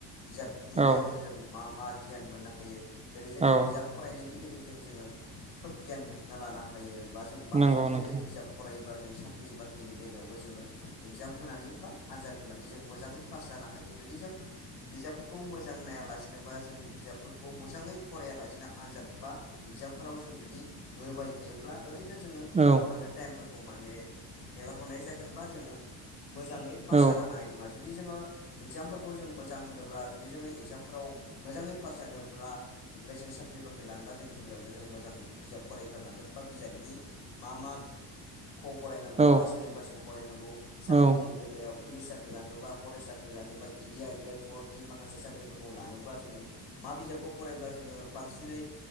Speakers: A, on the left; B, on the right.
A: बिजाबनि
B: औ
A: गेजेरजों मा मा गियान मोननो हायो? जेरै जों
B: औ
A: बिजाब फरायनायनि गेजेर गेजेरजों जोङो खोब गियान बुथुमना लानो हायो। बा जों बांसिनै
B: नंगौ नोंथां
A: जेरै बिजाब फराय जों साख्रि बाख्रिनि बेलायावबो जोङो इगजाम होनानै बा आनजाद होनानै जों मोजाङै पास जानो हायो। जुदि जों बिजाबफोरखौ मोजां नायालासिनो बा जों बिजाबफोरखौ मोजाङै फरायालासेनो आनजाद बा इगजामफोराव जों जुदि होबाय थायोब्ला ओरैनो जोंङो
B: औ
A: मानो टाइम फो रखौ माने हेगारहरनाय जागोनबा जोङो मोजाङै पास
B: औ
A: जानो हानाय नङा। जुदि जोङो इगजामफोरखौ जों मोजां होनो ब्ला जुदि जोङो इगजामफ्राव मोजाङै पास जानोब्ला बेनिफ्राय जों साख्रि बाख्रि लानोबा जों गिबियावनो जों मोजां बिजाब फरायग्रोनांगोन बा बिजाबनि मा मा खौ फरायनांगौ
B: औ
A: मा सिलेबासखौ फरायनांगौ। साख्रिनि
B: औ
A: बेलायाव पुलिस सा ख्रि लानोबा, फरेस्ट साख्रि लानोबा, इडिया ग्रेट फरनि माखासे साख्रिफोरखौ लानोब्ला जोङो मा बिजाबखौ फरायब्ला जोङो बांसिनै